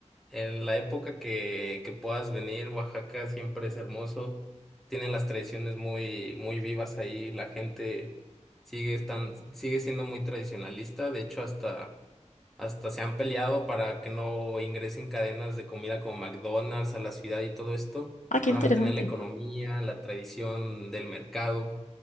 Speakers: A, in the centre; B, on the left.
A: en la época que, que puedas venir, Oaxaca siempre es hermoso, tiene las tradiciones muy, muy vivas ahí, la gente sigue, estan- sigue siendo muy tradicionalista, de hecho hasta... Hasta se han peleado para que no ingresen cadenas de comida como McDonald's a la ciudad y todo esto,
B: Ah, qué
A: para
B: interesante.
A: mantener la economía, la tradición del mercado.